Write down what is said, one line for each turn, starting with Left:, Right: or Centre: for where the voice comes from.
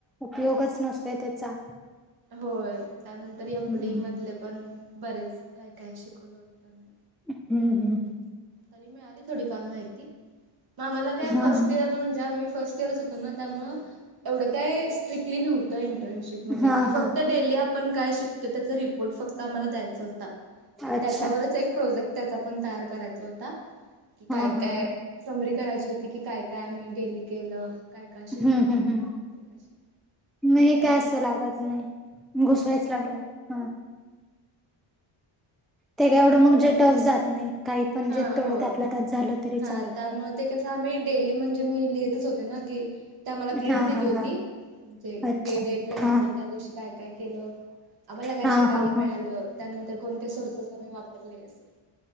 Centre: उपयोगच नसतोय त्याचा.
Right: होय, त्यानंतर एफ-डी
Centre: हम्म
Right: मधले पण बरेच काय-काय शिकवलं होत त्यांनी.
Centre: हम्म-हम्म-हम्म.
Right: तरी मिळाली थोडीफार माहिती, मग आम्हाला काय
Centre: हा
Right: फर्स्ट इयर म्हणजे आम्ही फर्स्ट इयरच होतो ना, त्यामुळे एवढं काय स्ट्रिकटली नव्हत इंटर्नशिप मध्ये,
Centre: हा
Right: कि फक्त
Centre: हा
Right: डेली आपण काय शिकतो त्याचा रिपोर्ट फक्त आम्हाला द्यायचा होता. आणि
Centre: अच्छा
Right: त्याच्यावरच एक प्रोजेक्ट त्याचा पण तयार करायचा होता, की
Centre: हा
Right: काय-काय.
Centre: हा हा
Right: समरी करायची होती की काय-काय आम्ही डेली केलं. काय काय शिकलं.
Centre: हम्म-हम्म-हम्म,
Right: ते अशी
Centre: मग हे काय असं लागत नाही. घुसवायच
Right: हा
Centre: लागलो. हा, ते काय एवढं मग जेट हाऊस जात नाही. काही पण
Right: हा
Centre: जे थोडं
Right: होय.
Centre: त्यातला त्यात झालं तरी
Right: हा
Centre: चालत.
Right: त्यामुळे ते कस आम्ही डेली म्हणजे मी लिहितच होते ना, की ते आम्हाला प्रिंट
Centre: हा
Right: दिली
Centre: हा
Right: होती.
Centre: हा
Right: म्हणजे
Centre: अच्छा
Right: डे, डेट लहायचं,
Centre: हा
Right: त्या दिवशी काय-काय केलं. आम्हाला काय
Centre: हा
Right: शिकायला
Centre: हा
Right: मिळालं, त्यानंतर कोणते सोर्सेस आम्ही वापरले, अस.